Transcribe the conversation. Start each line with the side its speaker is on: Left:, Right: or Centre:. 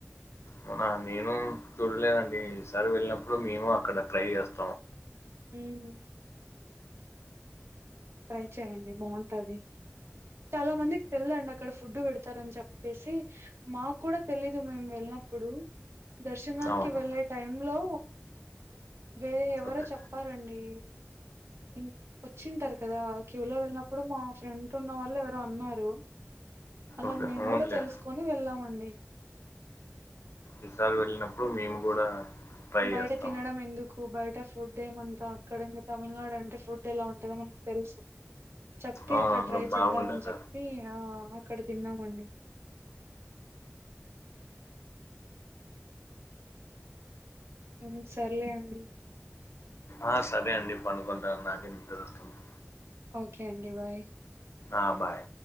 Left: అవునా నేను చూడలేదండి ఈసారి వెళ్ళినప్పుడు మేము అక్కడ ట్రై చేస్తాం
Right: హ్మ్మ్ ట్రై చే్యడి బాగుంటది చాలా మందికి తెల్దండి అక్కడ ఫుడ్ పెడతారని చెప్పేసి మాకు కూడా తెలీదు మేము వెళ్ళ అప్పుడు దర్శనానికి
Left: అవును
Right: వెళ్ళే టైమ్ లో వేరు ఎవరో
Left: ఓకే
Right: చెప్పారండి ఇం వచ్చింటారు కదా క్యూ లో వెళ్ళినప్పుడు మా ఫ్రంట్ ఉన్న వాళ్ళు ఎవరో అన్నారు అలా
Left: ఓకే
Right: మేము
Left: అవునులే
Right: కూడా తెలుసుకొని వెళ్ళామండి
Left: ఈసారి వెళ్ళినప్పుడు మేము కూడా ట్రై
Right: బయట
Left: చేస్తాం
Right: తినడం ఎందుకు బయట ఫుడ్ ఏమంతా అక్కడ ఇంకా తమిళనాడు అంటే ఫుడ్ ఎలా ఉంటుందో మనకి తెలుసు చెప్పి
Left: అవునవును
Right: అక్కడ ట్రై చేద్దాం
Left: బాగుండట
Right: అని చెప్పి ఆ అక్కడ తిన్నామండి హ్మ్మ్ సరే అండి
Left: ఆ సరే అండి పండుకుంటున్న నాకి నిద్రవస్తుంది
Right: ఓకే అండి బాయ్
Left: ఆ బాయ్